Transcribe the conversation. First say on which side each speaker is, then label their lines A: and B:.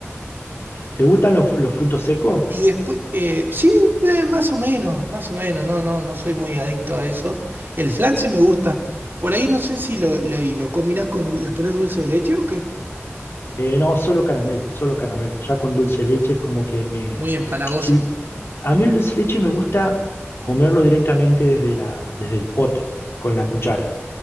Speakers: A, on the left; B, on the right.
A: ¿Te gustan los, los frutos secos?
B: Y después, eh, sí, eh, más o menos, más o menos, no, no, no soy muy adicto a eso. El flan sí me gusta. Por ahí no sé si lo, lo, y lo combinás con, el- le pones dulce de leche o qué.
A: Eh, no, solo caramelo, solo caramelo. Ya con dulce de leche es como que me...
B: Muy empalagoso.
A: si- a mí el dulce de leche me gusta comerlo directamente desde la, desde el pote, con la cuchara.